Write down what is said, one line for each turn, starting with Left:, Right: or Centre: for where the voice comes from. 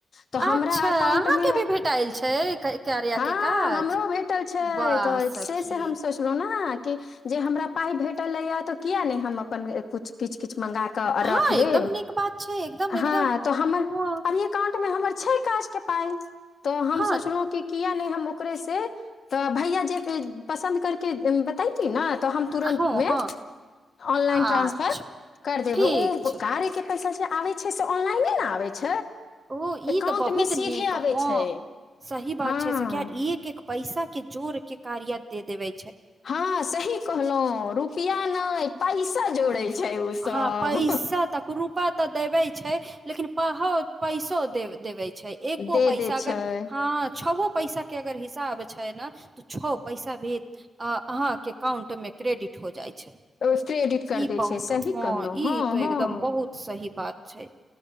Left: तऽ
Right: अच्छा
Left: हमरा एकाउंटमे
Right: अहाँके भी भेटायल छै <unintelligible>
Left: हँ
Right: काज
Left: हमरो भेटल छै
Right: वाह
Left: तऽ
Right: सखी
Left: से से हम सोचलहुँ न की जे हमरा पाए भेटलय तब हम किये ने कुछ किछ किछ मंगाकऽ
Right: हाँ,
Left: रख लेब
Right: एकदम नीक बात छै, एकदम-एकदम
Left: हँ तऽ हमर
Right: हाँ,
Left: एकाउंट मे हमर छै काज के पाइ तऽ हम
Right: हाँ,
Left: सोचलहुं कि ओकरे से तऽ भैया जे पसन्द करके बत हम तुरन्त
Right: हाँ,
Left: मे
Right: हाँ,
Left: ऑनलाइन
Right: अच्छा
Left: ट्रांसफर कर देब
Right: ठीक
Left: ओ
Right: छै,
Left: कारेके पैसा जे आबै छै से ऑनलाइने नहि आबै छै
Right: ओ ई
Left: एकाउंटमे
Right: तऽ बहुत
Left: सीधे
Right: नीक
Left: आबै
Right: हँ
Left: छै
Right: सही बात
Left: हँ
Right: छै सखि एक एक पैसा के जोर के कार्या दे देबे
Left: हँ सही कहलहुँ रुपिया नहि पैसा जोड़ै छै ओसभ
Right: हँ पैसा तक रूपा तऽ देबै छै लेकिन पा हो पैसो दे देबै छै एको
Left: दे
Right: पैसा
Left: दै छै
Right: क हँ छबो पैसा के अगर हिसाब छै न त छो पैसा भेज अ ह ह एकाउंट में क्रेडिट हो जाइ छै
Left: क्रेडिट कर
Right: ई
Left: दै
Right: बहुत
Left: छै
Right: हँ
Left: सही कहलहुँ
Right: ई
Left: हँ
Right: तो एकदम
Left: हँ
Right: बहुत सही बात छै